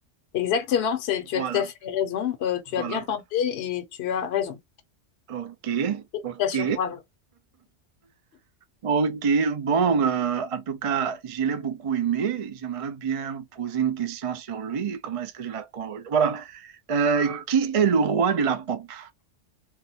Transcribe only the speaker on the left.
Exactement, c'est, tu
as tout à fait raison. Euh, tu
as bien tenté et tu as raison.
Félicitations,
bravo.